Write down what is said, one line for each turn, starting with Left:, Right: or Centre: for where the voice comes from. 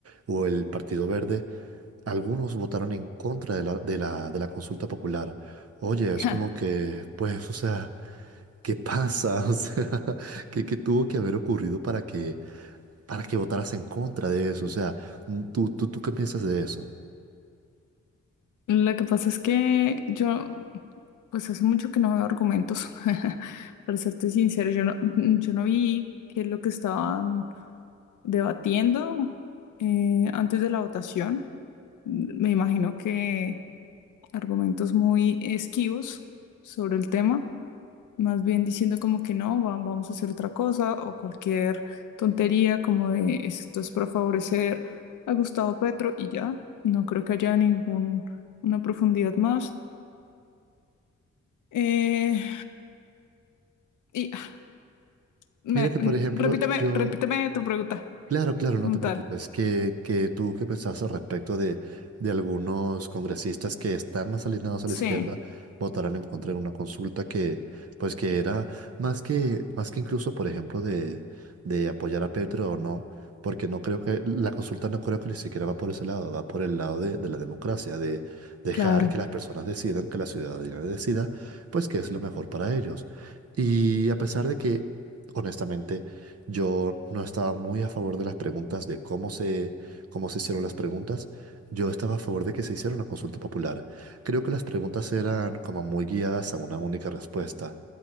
Right: o el Partido Verde, algunos votaron en contra de la, de la, de la consulta popular. Oye, es
Left: Ja,
Right: como que, pues, o sea, ¿qué pasa? <laughs> O sea, ¿qué, qué tuvo que haber ocurrido para que, para que votaras en contra de eso? O sea, ¿tú, tú, tú qué piensas de eso?
Left: Lo que pasa es que yo, pues hace mucho que no veo argumentos. <laughs> Para serte sincero, yo no, yo no vi qué es lo que estaban debatiendo eh, antes de la votación. Me imagino que argumentos muy esquivos sobre el tema, más bien diciendo como que no, va- vamos a hacer otra cosa o cualquier tontería como de esto es para favorecer a Gustavo Petro y ya, no creo que haya ningún una profundidad más. Eh, y ah, me-
Right: Mira que,
Left: mm,
Right: por ejemplo,
Left: repíteme,
Right: yo,
Left: repíteme tu pregunta
Right: Claro, claro, no
Left: como
Right: te preocupes.
Left: tal.
Right: Que, que tú qué pensabas al respecto de, de algunos congresistas que están más alineados a
Left: Sí,
Right: la izquierda votaron en contra de una consulta que, pues que era más que, más que incluso, por ejemplo, de, de apoyar a Petro o no, porque no creo que, la consulta no creo que ni siquiera va por ese lado, va por el lado de, de la democracia, de dejar
Left: claro.
Right: que las personas decidan, que la ciudadanía decida, pues qué es lo mejor para ellos. Y a pesar de que, honestamente, yo no estaba muy a favor de las preguntas, de cómo se, cómo se hicieron las preguntas. Yo estaba a favor de que se hiciera una consulta popular. Creo que las preguntas eran como muy guiadas a una única respuesta.